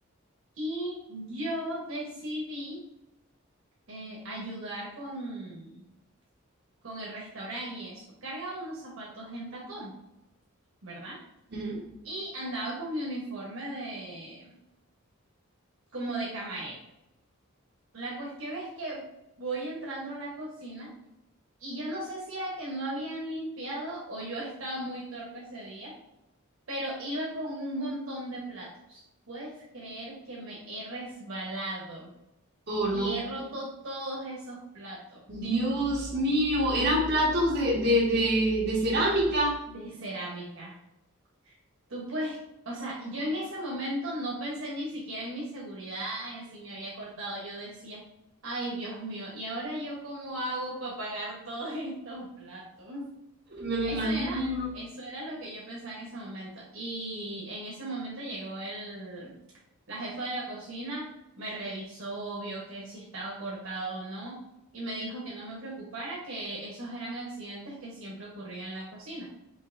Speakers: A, on the right; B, on the right.
A: y yo decidí eh, ayudar con, con el restaurante y eso. Cargaba unos zapatos en tacón, ¿verdad?
B: ujú.
A: Y andaba con mi uniforme de como de camarera. La cuestión es que voy entrando a la cocina Y yo no sé si era que no habían limpiado o yo estaba muy torpe ese día, pero iba con un montón de platos. ¿Puedes creer que me he resbalado
B: Oh, no.
A: y he roto todos esos platos
B: Dios mío, eran platos de, de, de, de cerámica,
A: de cerámica? Tú puedes, o sea, yo en ese momento no pensé ni siquiera en mi seguridad, en si me había cortado. Yo decía, ay, Dios mío, ¿y ahora yo cómo hago para pagar todos <laughs> estos platos?
B: me lo
A: Eso
B: imagino.
A: era, eso era lo que yo pensaba en ese momento. Y en ese momento llegó el, la jefa de la cocina, me revisó, vio que si estaba cortado o no, y me dijo que no me preocupara, que esos eran accidentes que siempre ocurrían en la cocina.